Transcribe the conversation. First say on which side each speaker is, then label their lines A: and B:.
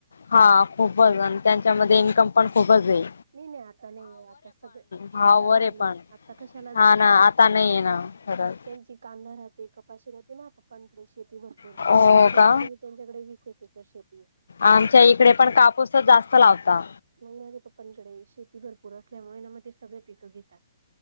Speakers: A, on the left; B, on the right.
A: हा खूपच आणि त्यांच्यामध्ये इन्कम पण खूपचय
B: नाही नाही आता नाही हो आता सगळे
A: भाववर
B: आता भाव
A: आहे
B: नायी
A: पण
B: आता कशालाच
A: हा
B: भाव
A: ना
B: नाही
A: आता आहे ना खरंच
B: त्यांची कांदा राहते, कप पाशी राहते माय पप्पांकडे शेती भरपूरय
A: हो
B: कमीत
A: का
B: कमी त्यांच्याकडे वीस एके एकर शेतीय
A: आमच्या इकडे पण कापूसच जास्त लावता
B: मग माझ्या पप्पांकडे शेती भरपूर असल्यामुळे ना मग ते सगळे पिकं घेतात